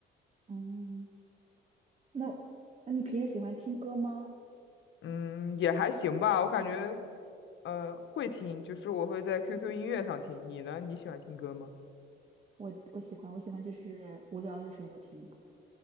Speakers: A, on the right; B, on the left.
A: 嗯。那那你平时喜欢听歌吗？
B: 嗯，也还行吧，我感觉，呃，会听，就是我会在 QQ 音乐上听，你呢？你喜欢听歌吗？
A: 我我喜欢，我喜欢就是无聊的时候听歌。